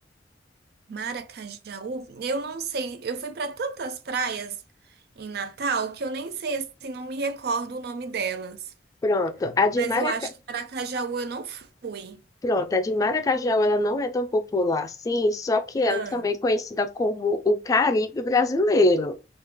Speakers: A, on the right; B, on the left.
A: Maracajaú? Eu não sei. Eu fui para tantas praias em Natal que eu nem sei, assim, não me recordo o nome delas.
B: Pronto, a de
A: Mas
B: Maraca...
A: eu acho que Maracajaú eu não fui.
B: Pronto, a de Maracajaú ela não é tão popular assim, só que ela
A: Ah,
B: também é conhecida como o Caribe brasileiro.